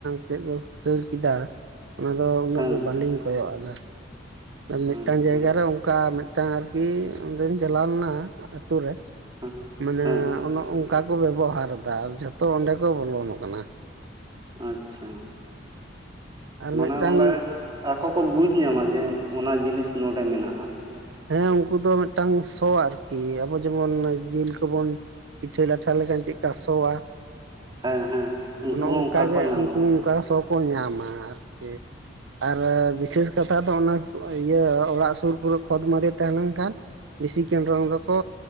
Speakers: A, on the right; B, on the right.
A: <inaudible> ᱠᱷᱟᱹᱲ ᱠᱮᱫᱟ ᱚᱱᱟᱫᱚ ᱩᱱᱟᱹᱜ
B: ᱦᱮᱸ
A: ᱫᱚ ᱵᱟᱹᱞᱤᱧ ᱠᱚᱭᱚᱜ ᱟᱫᱟ᱾ ᱢᱤᱫᱴᱟᱝ
B: ᱟᱪᱪᱷᱟ
A: ᱡᱟᱭᱜᱟ ᱨᱮ ᱚᱱᱠᱟ ᱢᱤᱫᱴᱟᱝ ᱟᱨᱠᱤ ᱚᱸᱰᱮᱧ ᱪᱟᱞᱟᱣ ᱞᱮᱱᱟ ᱟᱹᱛᱩ ᱨᱮ᱾
B: ᱦᱮᱸ
A: ᱢᱟᱱᱮ
B: ᱦᱮᱸ
A: ᱚᱱᱚ ᱚᱱᱠᱟ ᱠᱚ ᱵᱮᱵᱚᱦᱟᱨ ᱫᱟ ᱟᱨ ᱡᱷᱚᱛᱚ ᱚᱸᱰᱮ ᱠᱚ ᱵᱚᱞᱚᱱ ᱠᱟᱱᱟ᱾
B: ᱟᱪᱪᱷᱟ᱾
A: ᱟᱨ
B: ᱢᱟᱱᱮ
A: ᱢᱤᱫᱴᱟᱝ
B: ᱚᱸᱰᱮ ᱟᱠᱚ ᱠᱚ ᱵᱩᱡᱽ ᱧᱟᱢᱟ ᱡᱮ ᱚᱱᱟ ᱡᱤᱱᱤᱥ ᱱᱚᱸᱰᱮ ᱢᱮᱱᱟᱜ-ᱟ᱾
A: ᱦᱮᱸ ᱩᱱᱠᱩ ᱫᱚ ᱢᱤᱫᱴᱟᱝ ᱥᱚ ᱟᱨᱠᱤ ᱟᱵᱚ ᱡᱮᱢᱚᱱ ᱡᱤᱞ ᱠᱚᱵᱚᱱ ᱯᱤᱴᱷᱟᱹ ᱞᱟᱴᱷᱟ ᱞᱮᱠᱷᱟᱱ ᱪᱮᱜ ᱠᱟ ᱥᱚᱣᱟ᱾
B: ᱦᱮᱸ ᱦᱮᱸ ᱩᱱᱠᱩ
A: ᱚᱱᱮ
B: ᱦᱚᱸ
A: ᱚᱱᱠᱟ ᱜᱮ
B: ᱠᱚ ᱧᱟᱢᱟ
A: ᱩᱱᱠᱩ ᱚᱝᱠᱟ ᱥᱚ ᱠᱚ ᱧᱟᱢᱟ ᱟᱨᱠᱤ ᱟᱨ ᱵᱤᱥᱮᱥ ᱠᱟᱛᱷᱟ ᱫᱚ ᱚᱱᱟ ᱤᱭᱟᱹ ᱚᱲᱟᱜ ᱥᱩᱨ ᱠᱚᱨᱮᱜ ᱠᱷᱚᱛ ᱢᱟᱫᱮ ᱛᱟᱦᱮᱸ ᱞᱮᱱᱠᱷᱟᱱ ᱵᱮᱥᱤ ᱠᱮᱱᱰᱨᱚᱝ ᱫᱚᱠᱚ